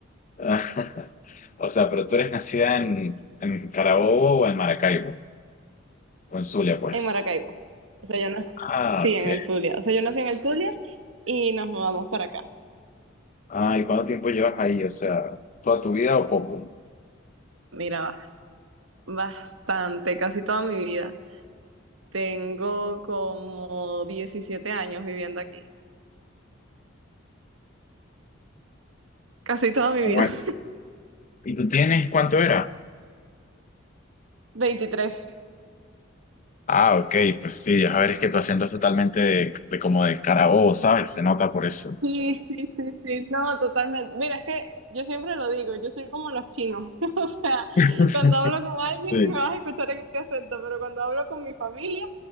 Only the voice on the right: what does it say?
<laughs>
en Maracaibo. O sea, yo nací,
sí,
en el Zulia. O sea, yo nací en el Zulia y nos mudamos para acá.
Mira, va, bastante, casi toda mi vida. Tengo como 17 años viviendo aquí, casi toda mi
vida.
<laughs>
veintitrés
Sí, sí, sí, sí, no, totalmente. Mira, es que yo siempre lo digo, yo soy como los chinos. <laughs> O sea,
cuando hablo con alguien
me vas a escuchar en este acento, pero cuando hablo con mi familia,